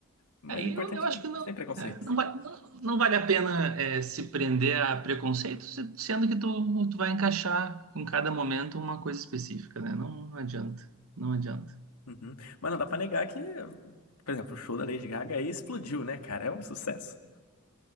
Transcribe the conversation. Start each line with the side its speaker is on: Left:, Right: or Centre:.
Left: Mas
Right: Aí
Left: o importante
Right: eu, eu acho
Left: é
Right: que não,
Left: sem preconceito.
Right: é, não, vai- não, não vale a pena é, se prender a preconceitos, se- sendo que tu, tu vai encaixar em cada momento uma coisa específica, né? Não adianta, não adianta.
Left: Uhum. Mas não dá pra negar que, por exemplo, o show da Lady Gaga aí explodiu, né, cara? É um sucesso.